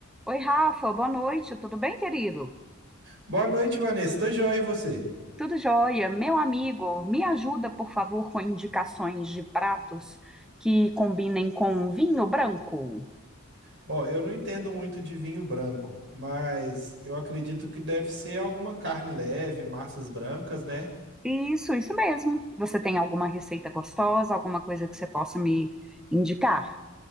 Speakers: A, in the centre; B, on the right.
A: Oi, Rafa, boa noite, tudo bem, querido?
B: Boa noite, Vanessa. Tô joia e você?
A: Tudo jóia. Meu amigo, me ajuda, por favor, com indicações de pratos que combinem com vinho branco.
B: Bom, eu não entendo muito de vinho branco, mas eu acredito que deve ser alguma carne leve, massas brancas, né?
A: Isso, isso mesmo. Você tem alguma receita gostosa, alguma coisa que você possa me indicar?